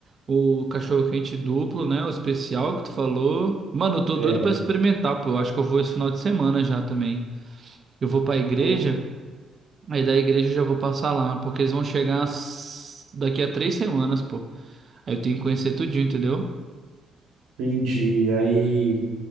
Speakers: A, on the right; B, on the right.
A: o cachorro-quente duplo, né? O especial que tu falou. Mano, eu tô
B: É.
A: doido pra experimentar, pô. Eu acho que eu vou esse final de semana já também. Eu vou pra igreja,
B: o-
A: aí da igreja eu já vou passar lá, porque eles vão chegar s- daqui a três semanas, pô. Aí eu tenho que conhecer tudinho, entendeu?
B: Entendi. Aí,